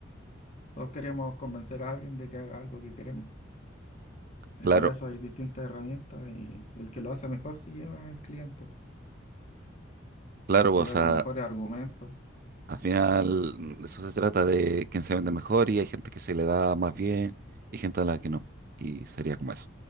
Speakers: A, on the left; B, on the right.
A: Todos queremos convencer a alguien de que haga algo que queremos. Y
B: Claro,
A: para eso hay distintas herramientas y el que lo hace mejor se lleva al cliente.
B: claro,
A: el
B: pues,
A: que
B: o
A: da
B: sea,
A: los mejores argumentos.
B: al final mm, de eso se trata de quién se vende mejor y hay gente que se le da más bien y gente a la que no. Y sería como eso.